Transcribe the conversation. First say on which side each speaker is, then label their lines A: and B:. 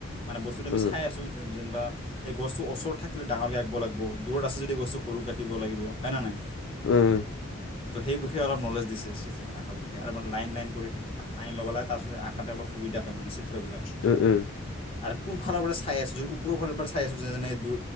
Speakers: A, on the left; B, on the left.
A: মানে বস্তুটো আমি
B: উম
A: চাই আছোঁ, যোন যোনবা সেই গছটো ওচৰত থাকিলে ডাঙৰকৈ আঁকিব লাগিব। দূৰত আছে যদি গছটো সৰুকৈ আঁকিব লাগিব, হয়নে নাই?
B: উম।
A: ত' সেই বিষে অলপ নলেজ দিছে, ছিটচ আশাবুষে আৰু মানে লাইন লাইন কৰি তে টাইম ল'ব লাগে, তাৰপিছত আঁকাতে অলপ সুবিধা হয় মানে, ছিটত এইবিলাক,
B: উম উম
A: আৰু কোন ফালৰ পৰা চাই আছো যো, ওপৰৰ ফালৰ পৰা চাই আছো যে যেনে দো